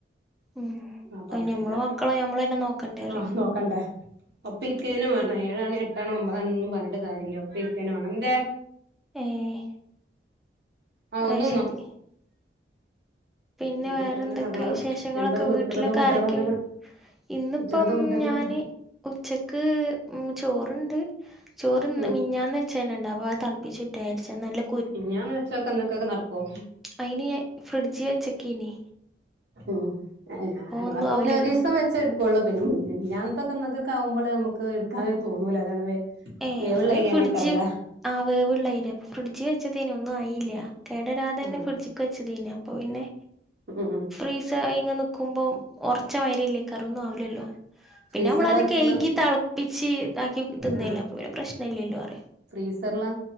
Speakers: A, in the centre; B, on the right.
A: ഉം
B: അപ്പൊ
A: അത്
B: അങ്ങനെയൊക്കെ
A: ഞമ്മളെ മക്കളെ ഞമ്മളെന്നെ നോക്കെണ്ടെ അറ്യാ
B: ആഹ് നോക്കണ്ടേ ഒപ്പം ഇരിക്കെന്നെ മാണം ഏഴാണോ എട്ടാണോ ഒമ്പതാണോന്നും പർഞ്ഞിട്ട് കാര്യല്ല ഒപ്പരിക്കെന്നെ മാണം ന്തെ
A: ഏഹ്
B: ആഹ് ഒന്ന്ന്നോ
A: അത്ശെരി പിന്നെ
B: അങ്ങനൊക്കെ
A: വേറെന്തൊക്കെ
B: തന്നെ കഥകള്
A: വിശേഷങ്ങളൊക്കെ
B: എന്താന്ന്
A: വീട്ടിലൊക്കെ
B: ഉച്ചക്കത്തെ ഫുഡുകൾ
A: ആരൊക്കെ
B: എന്തൊക്കെ
A: ഇന്ന്പ്പം
B: ഉച്ചക്കത്തെ ഫുഡ് എന്തെന്നാ
A: ഞാന് ഉച്ചക്ക് ഉം ചോറ്ണ്ട് ചോറ് ന്ന്
B: ഉം
A: മിഞ്ഞാന്ന് ച്ചെന്നെണ്ട് അപ്പ അത് തൾപ്പിച്ചുറ്റാചാര്ച്ച് അത് നല്ല്
B: മിഞ്ഞാന്ന് വെച്ചൊക്കെ ഇന്നക്കെക്ക് നടക്ക്വോ
A: അയ്ന് ഞൻ ഫ്രിഡ്ജ് വെച്ചെക്കേന്നി
B: ഉം ഞാ ഞങ്ങളൊക്കെ
A: ഒന്നും ആവൂലല്ലോ
B: പിന്നെ ഒരീസം വെച്ചെട് ക്കൊള്ളു പിന്നെ മിഞ്ഞാന്ന്ത്തൊക്കെ ഇന്നത്തക്കക്ക് ആകുമ്പള് നമുക്ക് ഇട്ക്കാന് തോന്നൂല അതാണ് വേ
A: ഏഹ്
B: വേവുള്ള
A: അങ്ങളീ
B: അരിയാണേക്കാരല്ലേ
A: ഫിഡ്ജ് ആഹ് വേവ്ള്ളയ്ര്യാ ഫ്രിഡ്ജ് വെച്ചതേനി ഒന്നും ആയില്ല്യാ കേടെരാതെന്നെ
B: ആഹ്
A: ഫ്രിഡ്ജ് ക്ക് വെച്ചെതീനി അപ്പാെ പിന്നെ
B: ഉം ഉം
A: ഫ്രീസായിങ്ങെ നിക്കുംമ്പം ഒർച്ചെ മായ്രില്ലെയ്കാർ ഒന്നും ആവൂലല്ലോ
B: ഫ്രീസറില്
A: പിന്നെ ഞമ്മളത്
B: വെച്ചിരുന്ന
A: കയ്കി തൾപ്പിച്ച് ഇതാക്കി തിന്നല്ലേ
B: ആഹ്
A: അപ്പ പിന്നെ പ്രശ്ന ഇല്ല്യല്ലോ അറ്യാ
B: ഫ്രീസറില്